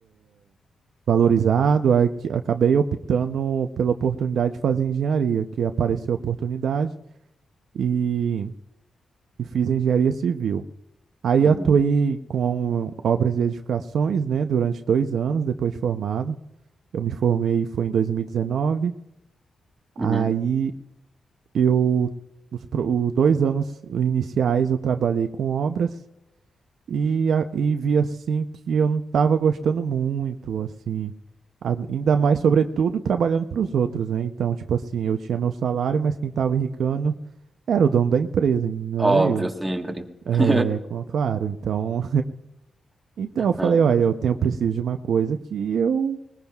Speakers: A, on the right; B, on the right.
A: valorizado, aí que- acabei optando pela oportunidade de fazer engenharia, que apareceu a oportunidade e, e fiz engenharia civil. Aí
B: uhum,
A: atuei com obras de edificações, né, durante dois anos depois de formado. Eu me formei foi em 2019. Aí
B: uhum.
A: eu os, pro- os dois anos iniciais eu trabalhei com obras e, a- e vi assim que eu não estava gostando muito, assim, A- ainda mais sobretudo trabalhando para os outros, né? Então, tipo assim, eu tinha meu salário, mas quem estava enricando era o dono da empresa, não
B: Óbvio,
A: era eu.
B: sempre.
A: É,
B: <laughs>
A: com- claro, então Então eu falei,
B: É,
A: olha, eu tenho preciso de uma coisa que eu